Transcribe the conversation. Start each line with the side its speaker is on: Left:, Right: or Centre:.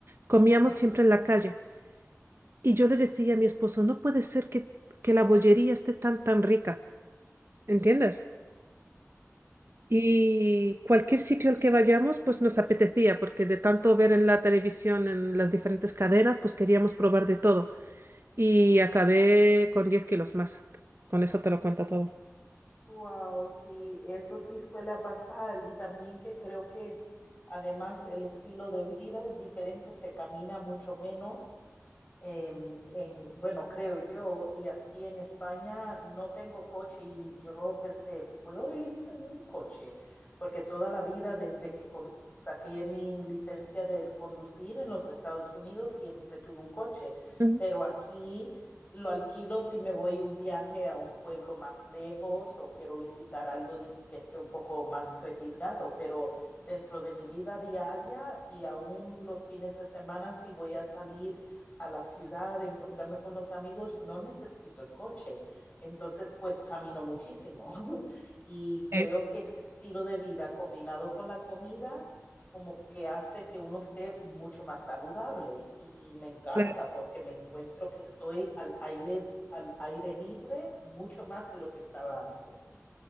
Right: comíamos siempre en la calle. Y yo le decía a mi esposo, no puede ser que, que la bollería esté tan, tan rica, ¿entiendes? Y cualquier sitio al que vayamos, pues nos apetecía, porque de tanto ver en la televisión, en las diferentes cadenas, pues queríamos probar de todo. y acabé con 10 kilos más. Con eso te lo cuento todo.
Left: Wow, sí, eso sí suele pasar y también que creo que además el estilo de vida es diferente, se camina mucho menos, eh, en, bueno, creo yo, y aquí en España no tengo coche y yo pensé, ¿puedo vivir sin un coche? Porque toda la vida, desde que co- saqué mi licencia de conducir en los Estados Unidos, siempre tuve un coche,
Right: Ujú.
Left: pero aquí lo alquilo si me voy un viaje a un pueblo más lejos o quiero visitar algo dif- que esté un poco más retirado, pero dentro de mi vida diaria y aún los fines de semana, si voy a salir a la ciudad, de encontrarme con los amigos, no necesito el coche. Entonces, pues camino muchísimo. <laughs> y creo
Right: Sí,
Left: que este estilo de vida combinado con la comida, como que hace que uno esté mucho más saludable. Y me encanta
Right: claro.
Left: porque me encuentro que estoy al aire, al aire libre mucho más de lo que estaba antes.